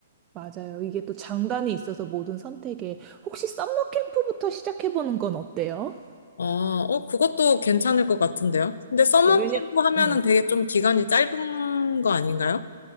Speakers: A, on the right; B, on the left.
A: 맞아요. 이게 또 장단이 있어서 모든 선택에, 혹시 썸머 캠프부터 시작해보는 건 어때요?
B: 어, 어, 그것도 괜찮을 것 같은데요. 근데 서머
A: 왜냐,
B: 캠프 하면은
A: 음.
B: 되게 좀 기간이 짧은 거 아닌가요?